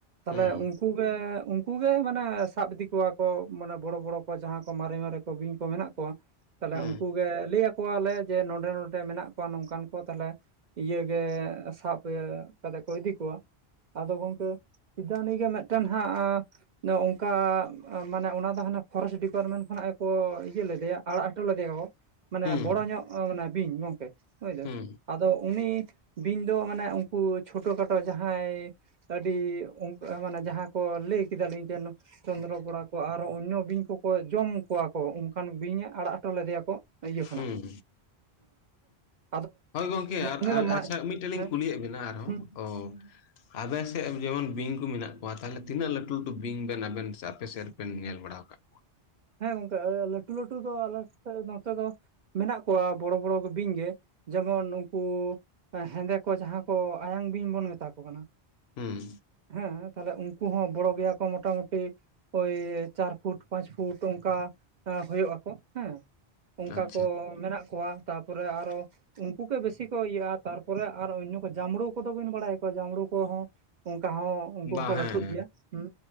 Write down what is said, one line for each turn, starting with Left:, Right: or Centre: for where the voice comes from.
Right: ᱛᱟᱦᱚᱞᱮ
Left: ᱦᱩᱸ
Right: ᱩᱱᱠᱩ ᱜᱮ ᱩᱱᱠᱩ ᱜᱮ ᱢᱟᱱᱮ ᱥᱟᱵ ᱤᱫᱤ ᱠᱚᱣᱟ ᱠᱚ ᱢᱟᱱᱮ ᱵᱚᱲᱚ ᱵᱚᱲᱚ ᱠᱚ ᱡᱟᱦᱟᱸ ᱠᱚ ᱢᱟᱨᱮ ᱢᱟᱨᱮ ᱠᱚ ᱵᱤᱧ ᱠᱚ ᱢᱮᱱᱟᱜ ᱠᱚᱣᱟ, ᱛᱟᱦᱚᱞᱮ
Left: ᱦᱩᱸ
Right: ᱩᱱ ᱠᱚᱜᱮ ᱞᱟᱹᱭ ᱟᱠᱚᱣᱟᱞᱮ ᱡᱮ ᱱᱚᱰᱮ ᱱᱚᱰᱮ ᱢᱮᱱᱟᱜ ᱠᱚᱣᱟ ᱱᱚᱝᱠᱟᱱ ᱠᱚ ᱛᱟᱦᱚᱞᱮ ᱤᱭᱟᱹᱜᱮ ᱥᱟᱵ ᱮ ᱠᱟᱛᱮᱜ ᱠᱚ ᱤᱫᱤ ᱠᱚᱣᱟ, ᱟᱫᱚ ᱜᱚᱝᱠᱮ <inaudible> ᱜᱮ ᱢᱤᱫᱴᱮᱱ ᱦᱟᱸᱜ ᱚᱱᱠᱟ ᱢᱟᱱᱮ ᱚᱱᱟ ᱫᱚ ᱦᱟᱱᱮ ᱯᱷᱚᱨᱮᱥᱴ ᱰᱤᱯᱟᱨᱢᱮᱱᱴ ᱠᱷᱚᱱᱟᱜ ᱜᱮᱠᱚ ᱤᱭᱟᱹ ᱞᱮᱫᱮᱭᱟ ᱟᱲᱟᱜ ᱦᱚᱴᱚ ᱞᱮᱫᱮᱭᱟ ᱠᱚ ᱾ ᱢᱟᱱᱮ
Left: ᱦᱩᱸ
Right: ᱵᱚᱲᱚ ᱧᱚᱜ ᱢᱟᱱᱮ ᱵᱤᱧ ᱜᱚᱝᱠᱮ ᱦᱚᱭ ᱫᱚ
Left: ᱦᱩᱸ
Right: ᱾ ᱟᱫᱚ ᱩᱱᱤ ᱵᱤᱧ ᱫᱚ ᱢᱟᱱᱮ ᱩᱱᱠᱩ ᱪᱷᱳᱴᱳ ᱠᱷᱟᱴᱳ ᱡᱟᱦᱟᱸᱭ ᱟᱹᱰᱤ ᱚᱱᱠᱟ ᱢᱟᱱᱮ ᱡᱟᱦᱟᱸ ᱠᱚ ᱞᱟᱹᱭ ᱠᱮᱫᱟᱞᱤᱧ ᱡᱮᱱ ᱪᱚᱱᱫᱨᱚ ᱵᱚᱲᱟ ᱠᱚ ᱟᱨᱚ ᱚᱱᱱᱚ ᱵᱤᱧ ᱠᱚᱠᱚ ᱡᱚᱢ ᱠᱚᱣᱟ ᱠᱚ ᱚᱱᱠᱟᱱ ᱵᱤᱧᱮ ᱟᱲᱟᱜ ᱦᱚᱴᱚ ᱞᱮᱫᱮᱭᱟ ᱠᱚ ᱾ ᱤᱭᱟᱹ ᱠᱷᱚᱱᱟᱜ
Left: ᱦᱩᱸ
Right: <inaudible>
Left: ᱦᱳᱭ ᱜᱚᱝᱠᱮ ᱟᱨ
Right: ᱩᱱᱤ ᱫᱚ
Left: <inaudible>
Right: ᱢᱟᱜ
Left: ᱟᱪᱪᱷᱟ ᱢᱤᱫᱴᱮᱱ ᱞᱤᱧ
Right: ᱦᱮᱸ
Left: ᱠᱩᱞᱤᱭᱮᱫ ᱵᱮᱱᱟ ᱟᱨᱦᱚᱸ
Right: ᱦᱩᱸ
Left: ᱚ᱾ ᱟᱵᱮᱱ ᱥᱮᱫ ᱡᱮᱢᱚᱱ ᱵᱤᱧ ᱠᱚ ᱢᱮᱱᱟᱜ ᱠᱚᱣᱟ ᱛᱟᱦᱚᱞᱮ ᱛᱤᱱᱟᱹᱜ ᱞᱟᱹᱴᱩ ᱞᱟᱹᱴᱩ ᱵᱤᱧ ᱵᱮᱱ ᱟᱵᱮᱱ ᱥᱮ ᱟᱯᱮ ᱥᱮᱫ ᱨᱮ ᱯᱮ ᱧᱮᱞ ᱵᱟᱲᱟ ᱠᱟᱜ
Right: ᱦᱮᱸ ᱜᱚᱝᱠᱮ ᱞᱟᱹᱴᱩ ᱞᱟᱹᱴᱩ ᱫᱚ ᱟᱞᱮ ᱥᱮᱫ ᱱᱚᱛᱮ ᱫᱚ᱾ ᱢᱮᱱᱟᱜ ᱠᱚᱣᱟ ᱵᱚᱲᱚ ᱵᱚᱲᱚ ᱵᱤᱧ ᱜᱮ ᱡᱮᱢᱚᱱ ᱩᱱᱠᱩ ᱦᱮᱸᱫᱮ ᱠᱚ ᱡᱟᱸᱦᱟᱸ ᱠᱚ ᱟᱭᱟᱝ ᱵᱤᱧ ᱵᱚᱱ ᱢᱮᱛᱟ ᱠᱚ ᱠᱟᱱᱟ᱾
Left: ᱦᱩᱸ
Right: ᱦᱮᱸ ᱛᱟᱦᱚᱞᱮ ᱩᱱᱠᱩ ᱦᱚᱸ ᱵᱚᱲᱚ ᱜᱮᱭᱟ ᱠᱚ ᱢᱚᱴᱟ ᱢᱩᱴᱤ ᱳᱭ ᱪᱟᱨ ᱯᱷᱩᱴ ᱯᱟᱸᱪ ᱯᱷᱩᱴ᱾ ᱛᱳ ᱚᱱᱠᱟ ᱦᱳᱭᱳᱜ ᱟᱠᱚ ᱦᱮᱸ, ᱚᱱᱠᱟ
Left: ᱟᱪᱪᱷᱟ
Right: ᱠᱚ ᱢᱮᱱᱟᱜ ᱠᱚᱣᱟ ᱛᱟ ᱯᱚᱨᱮ ᱟᱨᱚ᱾ ᱩᱱᱠᱩ ᱠᱮ ᱵᱮᱥᱤ ᱠᱚ ᱤᱭᱟᱹᱜᱼᱟ ᱛᱟᱨᱯᱚᱨᱮ ᱟᱨ ᱚᱱᱭᱚ ᱠᱚ ᱡᱟᱢᱵᱽᱲᱩ ᱠᱚᱫᱚ ᱵᱮᱱ ᱵᱟᱲᱟᱭ ᱟᱠᱚᱣᱟ ᱡᱟᱢᱵᱽᱲᱩ ᱠᱚᱦᱚᱸ᱾ ᱚᱱᱠᱟ ᱦᱚᱸ ᱩᱱᱠᱩ
Left: ᱵᱟᱝ
Right: ᱦᱚᱸᱠᱚ
Left: ᱦᱮᱸ
Right: ᱞᱟᱹᱴᱷᱩᱜ ᱜᱮᱭᱟ ᱦᱮᱸ